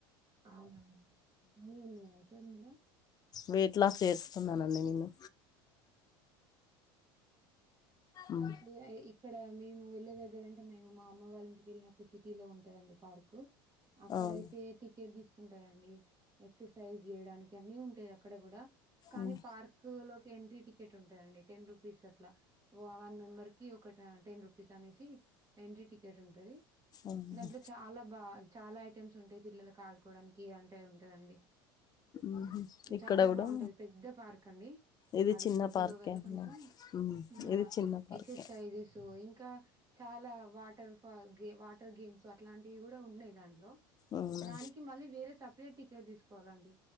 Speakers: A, on the right; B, on the left.
A: అవునా అండి అన్ని ఉన్నాయి అయితే అందులో
B: వెట్ లాస్ చేస్తున్నానండి నేను ఉమ్.
A: అయితే ఈ ఇక్కడ మేము వెళ్ళే దగ్గర అంటే మేము మా అమ్మ వాళ్ళ ఇంటికెళ్లినప్పుడు సిటీ లో ఉంటదండి పార్క్ అక్కడ
B: అవును
A: అయితే టికెట్ థిస్ తీంటారండి ఎక్సర్సైజ్ చేయడానికి అన్ని ఉంటాయి అక్కడ కూడా కానీ
B: ఉమ్,
A: పార్క్ లో ఎంట్రీ టికెట్ ఉంటది అండి టెన్ రూపీస్ అట్లా వన్ మెంబర్ కి ఒక టెన్ రుపీస్ అనేసి ఎంట్రీ టికెట్ ఉంటది
B: అవును.
A: దాంట్లో చాలా బాగ చాలా ఐటమ్స్ ఉంటాయి పిల్లలకి ఆడుకోవడానికి అంటే ఉంటదండి
B: ఉమ్, ఇక్కడ
A: చాలా
B: కూడా
A: బాగుంటది పెద్ద పార్క్ అండి
B: ఇది
A: అది
B: చిన్న
A: సిటీ
B: పార్కే
A: లో కదా
B: అండి
A: కొంచెం
B: మ్మ్
A: ఆ
B: ఇది చిన్న పార్కే
A: ఎక్సర్సైజెస్ ఇంకా చాల వాటర్ ఫాల్ వాటర్ గేమ్స్ అట్లాంటివి కూడ ఉన్నాయి దాంట్లో
B: అవునా
A: దానికి మళ్ళీ వేరే సపరేట్ టికెట్ తీసుకోవాలండి